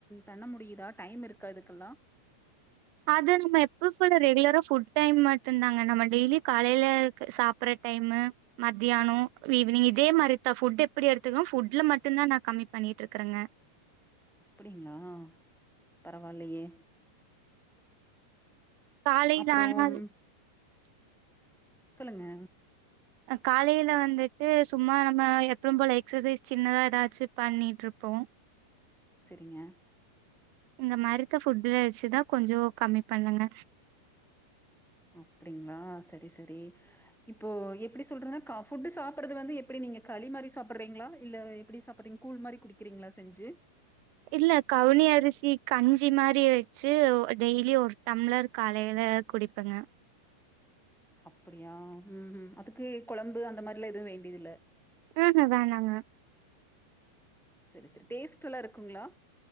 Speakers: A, in the centre; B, on the right.
A: பண்ண முடியுதா டைம் இருக்கா இதுக்கெல்லா
B: அது நம்ம எப்பவு போல ரெகுலரா ஃபுட் டைம் மட்டுந்தாங்க நம்ம டெய்லி காலைலக் சாப்பற டைமு மத்தியானோ ஈவினிங் இதே மாரித்தா ஃபுட் எப்படி எடுத்துக்கணோ ஃபுட்ல மட்டுந்தா நா கமி பண்ணிட்ருக்கறங்க
A: அப்படிங்ளா பரவால்லயே
B: காலைல்
A: அப்புறம்
B: ஆனால்
A: சொல்லுங்க
B: அ காலைல வந்துட்டு சும்மா நம்ம எப்யுபோல எக்சசைஸ் சின்னதா ஏதாச்சு பண்ணிட் இருப்போ
A: செரிங்க
B: இந்த மாரித்த ஃபுட்டு வச்சுதா கொஞ்சோ கம்மி பண்ணுங்க
A: அப்டிங்ளா சரி சரி இப்போ எப்டி சொல்றதுனா ஃபுட்டு சாப்புட்றது வந்து எப்டி நீங்க களி மாரி சாப்புட்றீங்ளா இல்ல எப்டி சாப்புட்றீங்க கூழ் மாரி குடிக்கிறீங்ளா செஞ்சி
B: இல்ல கவுனி அரிசி கஞ்சி மாரி வச்சு டெய்லி ஒரு டம்ளர் காலைல குடிப்பங்க
A: அப்படியா ம் ம் அதுக்கு கொழம்பு அந்த மாரிலா எதுவு வேண்டியதுல்ல
B: உ ஹு வேணா வே
A: செரி செரி டேஸ்ட்டுல்லா இருக்குங்ளா